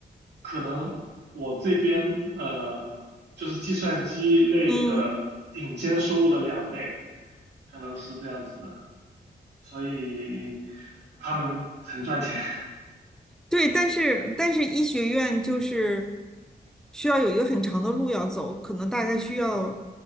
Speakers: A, on the right; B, in the centre.
A: 可能我这边呃就是计算机类的顶尖收入的两倍，
B: 嗯
A: 可能是这样子的。所以他们很赚钱。<laughs>
B: 对，但是但是医学院就是需要有一个很长的路要走，可能大概需要，